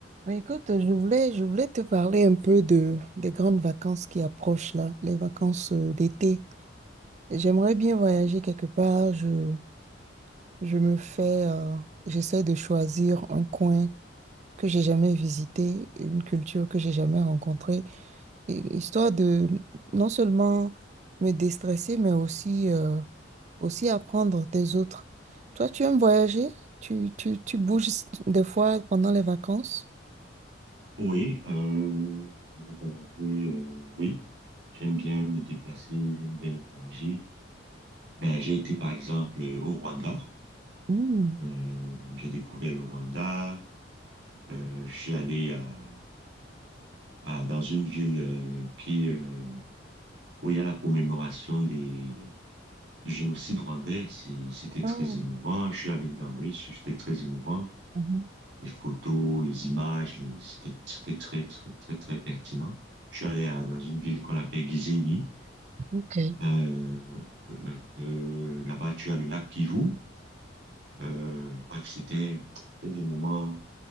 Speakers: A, on the right; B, on the right.
A: Mais écoute, je voulais, je voulais te parler un peu de, des grandes vacances qui approchent là, les vacances euh, d'été. J'aimerais bien voyager quelque part. Je, je me fais, euh, j'essaie de choisir un coin que j'ai jamais visité, une culture que j'ai jamais rencontrée, hi- histoire de non seulement me déstresser, mais aussi, euh, aussi apprendre des autres. Toi, tu aimes voyager? Tu, tu, tu bouges des fois pendant les vacances?
B: Oui, euh, j'ai voyagé, euh, oui. J'aime bien me déplacer, j'aime bien voyager. Ben, j'ai été par exemple euh, au Rwanda.
A: Mmh.
B: Euh, j'ai découvert le Rwanda. Euh, je suis allé à, à- dans une ville euh, qui, euh, où il y a la commémoration des, du génocide rwandais. C'est- C'était
A: Oh.
B: très émouvant. Je suis allé dans, oui, c'était très émouvant.
A: Mhm.
B: Les photos, les images, les, c'était, c'était très, très, très, très pertinent. Je suis allé à- dans une ville qu'on appelle Gisenyi.
A: Ok.
B: Euh, euh, là-bas, tu as le lac Kivu. Euh, bref, c'était c'était des moments